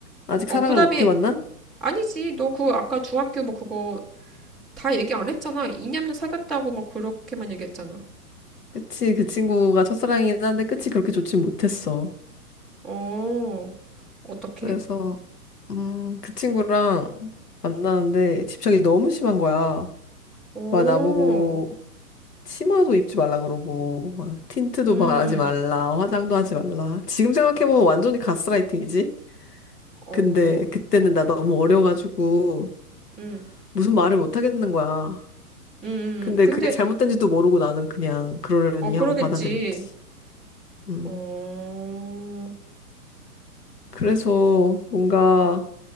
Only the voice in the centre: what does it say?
어,
그다음에
아니지. 너 그 아까 중학교 뭐 그거 다 얘기 안 했잖아. 이념녀 사귀었다고 뭐 그렇게만 얘기했잖아.
어, 어떻게?
어,
음,
어,
음,
음.
근데
어 그러겠지.
어,